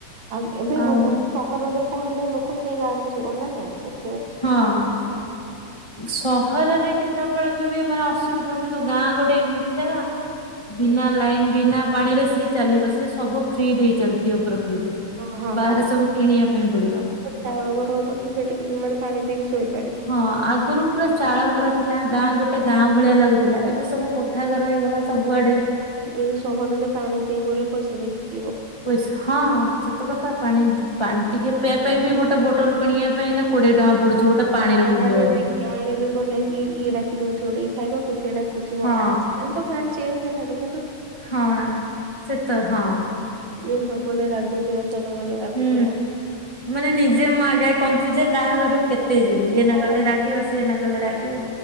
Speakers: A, on the right; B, on the left.
A: ଆ ଏବେ
B: ଆଉ
A: ଭୁବନେଶ୍ୱର ସହରରେ କଣ ହେଲେ ଲୋକ। ତ ସେଇ ଗାଁକୁ ଯିବ ନାାଇଁ ।
B: ହଁ ସହରରେ କେତେ? ସେତେବେଳେ ବି ମାନେ ଅସୁବିଧା ହବ କିନ୍ତୁ ଗାଁ ଗୋଟେ ଏମିତି ଜାଗା । ବିନା
A: ହଁ
B: ଲାଇନ ବିନା ପାଣିରେ ସିଏ ଚାଲିବ ସିଏ ସବୁ ଫ୍ରି ଦେଇ ଚାଲିଥିବ। ପ୍ରକୃତି।
A: ହ ହଁ
B: ବାହାରେ ସବୁ କିଣିବା ପାଇଁ ପଡିବ
A: ଚାଳ ଗର ହୋଇ ପଛେ ସେଠିକି ମାନେ ପାଣି। ପିକି ଶୋଇ
B: ହଁ ଆଗରୁ ପୁରା ଚାଳ ଘର ଥିଲା ଗାଁ ଗୋଟେ ଗାଁ ଭଳିଆ ଲାଗୁଥିଲା ଏବେ ସବୁ କୋଠା ଘର ହେଇଗଲା ସବୁଆଡେ।
A: ଏଇ ସହରରେ ପାଣି ପିଇବଲେ। ପଇସା ଦେଇ କିି।
B: ପଇସା ହଁ ସତ କଥା ପାଣି ପାଣି ଟିକେ ପିଇବା ପାଇଁ ବି ଗୋଟେ ବୋଟଲ କିଣିବା ପାଇଁ ନା କୋଏ ଟଙ୍କା ପଡୁଛି। ଗୋଟେ ପାଣିର
A: ଗାଁ
B: ମୂଲ୍ୟ
A: ରେ
B: ଏଇନେ।
A: ଗାଁରେ ବି ଗଲେ ଇଏ ଡାକି ଦେଉଥିବା ଟିକେ। ଖାଇବା କୁ ସିଏ ଡାକେ। ଥିବ
B: ହଁ
A: ଆଜିକାଲି ତ ଖା <unintelligible>
B: ହଁ ସେତ ହଁ।
A: ଇଏ ଲଗେଇଲେ ରାଗୁଥିବ। ସେ ନ ଗଲେ ରାଗୁଥିବ।
B: ହୁଁ ମାନେ ନିଜେ ମା ଆଗେ କନଫ୍ୟୁଜ ଜେ କାହାଘରୁ କେତେ ତେ ଯିବୁ ନ
A: ହଁ
B: ଗଲେ ରାଗିବ ସିଏ ନ ଗଲେ ରାଗିବ।